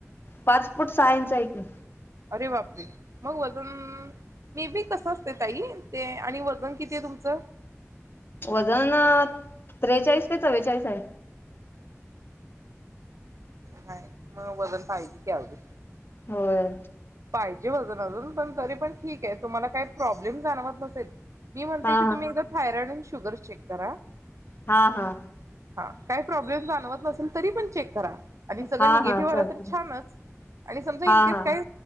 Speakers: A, on the left; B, on the right.
A: पाच फूट सहा इंच आहे कि
B: अरे बापरे मग वजन मेबी कसं असते ताई? ते आणि वजन किती आहे तुमचं?
A: वजन त्रेचाळीस का चव्वेचाळीस आहे?
B: नाही <unintelligible> मग वजन पाहिजे की अजून
A: होय
B: पाहिजे वजन अजून पण तरी पण ठीक आहे तुम्हाला काही प्रॉब्लेम जाणवत नसेल? मी म्हणते
A: हा
B: की तुम्ही एकदा थायरॉईड शुग शुगर चेक करा
A: हा हा
B: हा काही प्रॉब्लेम जाणवत नसेल तरी पण चेक करा आणि सगळं
A: हा
B: निगेटिव्ह
A: हा
B: आलं
A: चालते
B: तर छानच आणि समजा इनकेस
A: हा हा
B: काय?